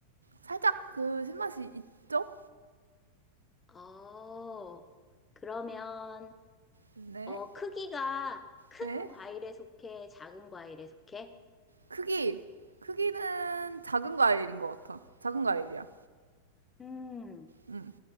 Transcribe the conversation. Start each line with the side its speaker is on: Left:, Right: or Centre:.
Right: 살짝 그 신맛이 있죠?
Left: 어, 그러면,
Right: 네.
Left: 어, 크기가 큰
Right: 네.
Left: 과일에 속해? 작은 과일에 속해?
Right: 크기. 크기는 작은 과일인 것 같아. 작은 과일이야.
Left: 음,
Right: 음.